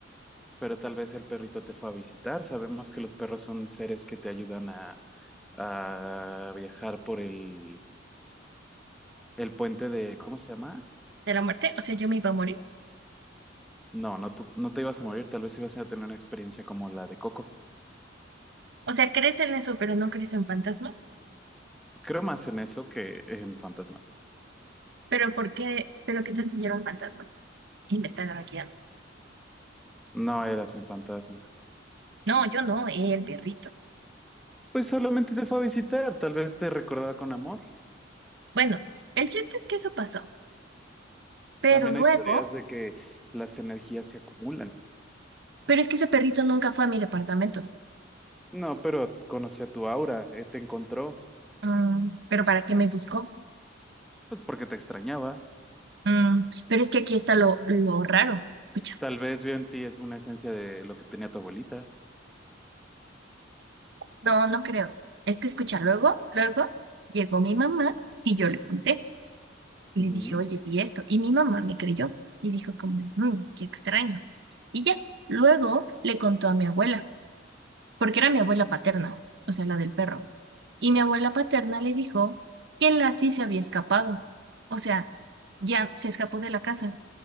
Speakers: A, in the centre; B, on the right.
A: pero tal vez el perrito te fue a visitar. Sabemos que los perros son seres que te ayudan a, a viajar por el, el puente de, ¿cómo se llama?
B: de la muerte, o sea, yo me iba a morir.
A: No, no, tú- no te ibas a morir, tal vez ibas a tener una experiencia como la de Coco.
B: O sea, crees en eso, pero no crees en fantasmas.
A: Creo más en eso que en fantasmas.
B: Pero ¿por qué? ¿Pero qué tal si yo era un fantasma? Y me están arañando.
A: No eras un fantasma.
B: No, yo no, el perrito.
A: Pues solamente te fue a visitar, tal vez te recordaba con amor.
B: Bueno, el chiste es que eso pasó. Pero
A: También
B: luego,
A: hay teorías de que las energías se acumulan.
B: pero es que ese perrito nunca fue a mi departamento.
A: No, pero conocía tu aura, eh, te encontró,
B: Mm, pero ¿para qué me buscó?
A: pues porque te extrañaba.
B: Mm, pero es que aquí está lo, lo raro. Escucha.
A: Tal vez veo en ti es una esencia de lo que tenía tu abuelita.
B: No, no creo. Es que escucha, luego, luego llegó mi mamá y yo le conté. Y
A: Ujú.
B: le dije, oye, vi esto. Y mi mamá me creyó. Y dijo como, "Mm, qué extraño. Y ya, luego le contó a mi abuela, porque era mi abuela paterna, o sea, la del perro. Y mi abuela paterna le dijo que la sí se había escapado. O sea, ya se escapó de la casa.